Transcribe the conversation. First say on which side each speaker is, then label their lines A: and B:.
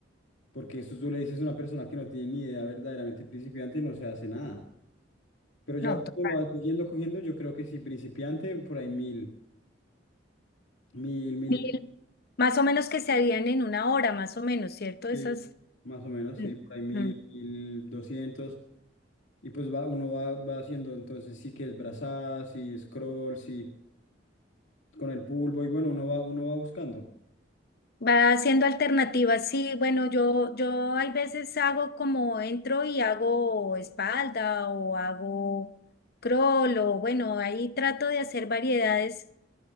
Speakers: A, on the left (about 85°); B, on the left (about 55°).
A: porque esto tú le dices a una persona que no tiene ni idea verdaderamente principiante, no se hace nada, pero ya
B: no,
A: cuando
B: total,
A: lo vas cogiendo, cogiendo, yo creo que sí, principiante, por ahí mil, mil, mil
B: mil,
A: y
B: más o menos que se harían en una hora, más o menos, ¿cierto?
A: Sí,
B: Esas...
A: más o menos,
B: mm,
A: sí, por ahí mil,
B: mm.
A: mil doscientos. Y pues va, uno va, va haciendo entonces sí que es brazada, sí scroll, sí con el pulvo, y bueno, uno va, uno va buscando.
B: Va haciendo alternativas, sí, bueno, yo, yo hay veces hago como entro y hago espalda o hago crawl o bueno, ahí trato de hacer variedades,